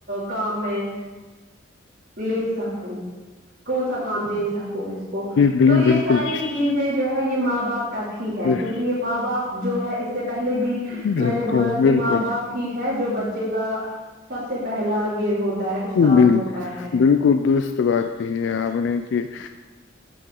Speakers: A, on the right; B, on the left.
A: کام میں لے سک خیں کون سا کام دے سکو اس کو
B: بالکل
A: تو یہ ساری
B: جی
A: چیزیں جو ہے یہ ماں باپ تک ہی ہے
B: بال
A: کیونکہ یہ ماں باپ جو ہے اس سے پہلے بھی
B: بالکل
A: میں نے بولا کہ
B: بالکل
A: ماں
B: بالکل
A: باپ ہی ہے جو بچے کا سب سے پہلا یہ ہوتا ہے استاد
B: بالکل
A: ہوتا ہے
B: بالکل درست بات یہی ہے آپ نے کہ ا